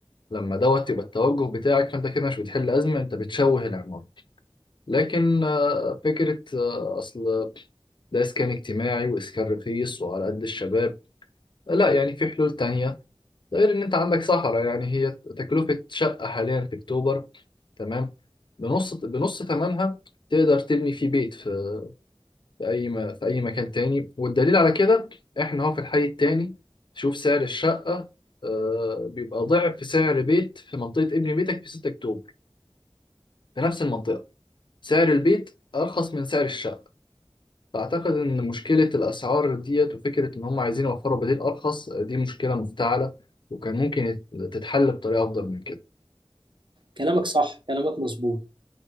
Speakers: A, on the left (about 55°); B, on the right (about 55°).
A: لما دوت يبقى التوجه بتاعك فانت كده مش بتحل أزمة انت بتشوه العمارة لكن آه، فكرة آه، أصل ده إسكان اجتماعي وإسكان رخيص وعلى قد الشباب لا يعني في حلول تانية ده غير إن أنت عندك صحراء يعني هي تكلفة شقة حاليا في أكتوبر تمام بنص بنص ثمنها تقدر تبني فيه بيت في في اي م- في اي مكان تاني والدليل على كده احنا هو في الحي التاني شوف سعر الشقه آه، بيبقى ضعف سعر بيت في منطقه ابن بيتك في 6 اكتوبر في نفس المنطقه سعر البيت ارخص من سعر الشقه فاعتقد ان مشكله الاسعار ديت وفكره ان هم عايزين يوفروا بديل ارخص آه، دي مشكله مفتعله وكان ممكن يت- تتحل بطريقه افضل من كده
B: كلامك صح كلامك مظبوط